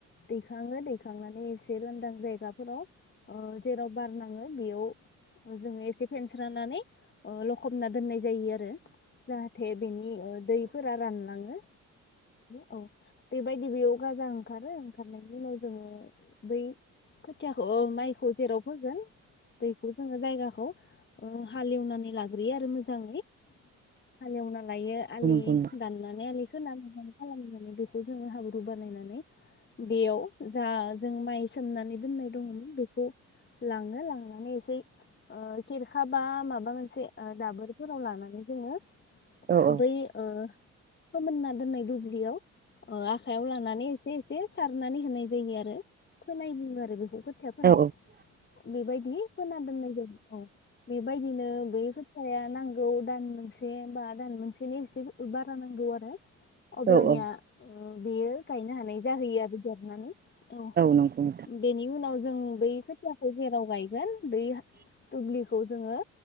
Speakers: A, on the left; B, on the right.
A: दैखाङो दैखांनानै एसे लांदां जायगाफोराव जेराव ओ बार नाङो बेयाव जोङो एसे फेनस्रानानै ओ लखबना दोननाय जायो आरो जाहा थे बिनि बिनि ओ दैफोरा रानलाङो। औ बेबायदि बेयाव गाजा ओंखारो ओंखारनायनि उनाव जोङो बै खोथियाखौ माइखौ जेराव फोगोन बेखौ जोङो जायगाखौ ओ हालेवनानै लाग्रोयो आरो मोजाङै हालेवना लायो आलि
B: नंगौ
A: दाननानै आलि खोना खालामनानै बेखौ जोङो हाब्रु बानायनानै बेयाव जा जों माइ सोमनानै दोननाय दङमोन बेखौ लाङो लांनानै इसे खिरखा बा माबा मोनसे ओ दाबोरफोराव लानानै जोङो
B: औ
A: बै ओ फोमोनना दोननाय दुब्लियाव ओ आखाइयाव लानानै एसे एसे सारनानै होनाय जायो आरो फोनाय बुङो आरो बेखौ खोथिया फोनाय।
B: औ
A: बेबायदि फोना दोननाय जायो। औ बेबायदिनो बै खोथियाया नांगौ दान मोनसे बा दान मोनसेनि एसे बारा नांगौ आरो अब्लानिया
B: औ औ
A: ओ बेयो गायनो हानाय जाहैयो आरो देरनानै औ
B: नंगौ नोंथां
A: बेनि उनाव जों बै खोथियाखौ जेराव गाय गोन बै दुब्लिखौ ओ जोङो